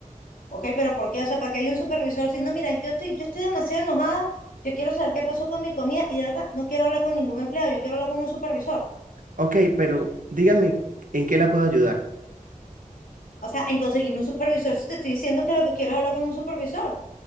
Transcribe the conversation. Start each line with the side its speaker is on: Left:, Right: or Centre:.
Left: ¿ok? Pero ¿por qué? O sea, ¿para qué hay un supervisor? Si no, mira, yo estoy, yo estoy demasiado enojada, yo quiero saber qué pasó con mi comida y de verdad no quiero hablar con ningún empleado, yo quiero hablar con un supervisor.
Right: Ok, pero dígame, ¿en qué la puedo ayudar?
Left: O sea, en conseguirme un supervisor, si te estoy diciendo que lo que quiero es hablar con un supervisor,